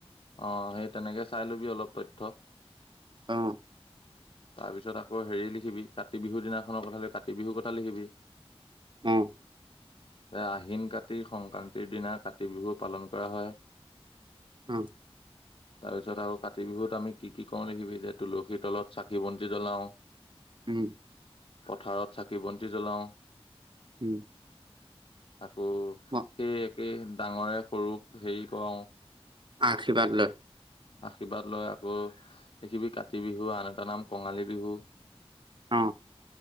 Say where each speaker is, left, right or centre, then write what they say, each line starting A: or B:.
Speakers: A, on the left; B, on the right.
A: অ সেই তেনেকে চাই লবি অলপ তথ্য
B: অ
A: তাৰপিছত আকৌ হেৰি লিখিবি কাতি বিহুৰ দিনাখনৰ কথা কাতি বিহুৰ কথা লিখিবি
B: অ
A: এ আহ আহিন কাতি সংক্ৰান্তিৰ দিনা কাতি বিহুক পালন কৰা হয়।
B: উম
A: তাৰপিছত আকৌ কাতি কাতি বিহুত আম কি কি কৰো লিখিবি যে তুলসী তলত চাকি বন্তি জ্বলাও
B: উম।
A: পথাৰত চাকি বন্তি জ্বলাও
B: উম
A: আকৌ
B: অ
A: সেই সেয়েহে ডাঙৰে সৰুক হেৰি কৰাও
B: আশীৰ্বাদ লয়
A: আশীৰ্বাদ লয় আকৌ দেখিবি কাতি বিহু আন এটা নাম কঙালী বিহু
B: অ